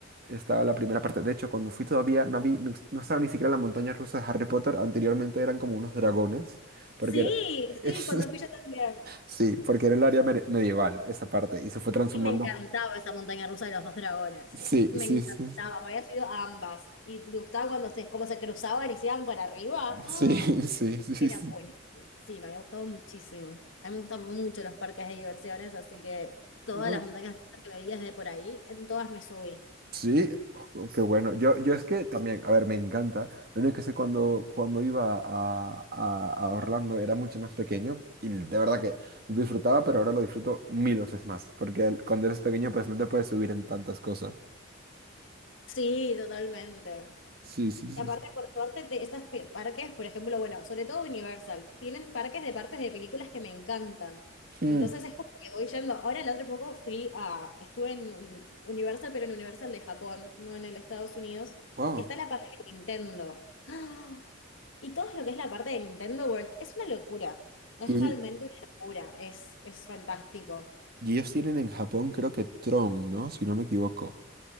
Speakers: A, on the right (about 50°); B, on the left (about 70°).
A: estaba la primera parte. De hecho, cuando fui todavía no vi, no, no estaba ni siquiera la montaña rusa de Harry Potter, anteriormente eran como unos dragones, porque
B: Sí,
A: era, <laughs>
B: sí, cuando fui yo también.
A: sí, porque era el área mere- medieval, esa parte, y se fue transformando.
B: Y me encantaba esa montaña rusa de los dos dragones.
A: Sí,
B: Me
A: sí,
B: encantaba,
A: sí,
B: me había subido a ambas. Y te gustaba cuando se, cómo se cruzaban y se iban para arriba. ¡Ah!
A: sí, <laughs> sí, sí,
B: Era
A: sí.
B: buenísimo. Sí, me había gustado muchísimo. A mí me gustan mucho los parques de diversiones, así que todas
A: sí.
B: las montañas rusas que me vi desde por ahí, en todas me subí.
A: Sí, jo, qué bueno. Yo, yo es que también, a ver, me encanta. Lo único que sé cuando, cuando iba a, a- a Orlando era mucho más pequeño y de verdad que lo disfrutaba, pero ahora lo disfruto mil veces más, porque el- cuando eres pequeño pues no te puedes subir en tantas cosas.
B: Sí, totalmente.
A: Sí, sí, sí.
B: Y aparte,
A: sí.
B: por suerte, de estas pe- parques, por ejemplo, bueno, sobre todo Universal, tienen parques de partes de películas que me encantan.
A: Mm,
B: Entonces es como que voy yendo. Ahora el otro poco fui a, estuve en un- Universal, pero en Universal de Japón, no en el Estados Unidos.
A: Wow.
B: Y está la parte de Nintendo. ¡Ah! Y todo lo que es la parte de Nintendo World es una locura. Es
A: Y, ell-
B: realmente una locura. Es, es fantástico.
A: y ellos tienen en Japón creo que Tron, ¿no? Si no me equivoco.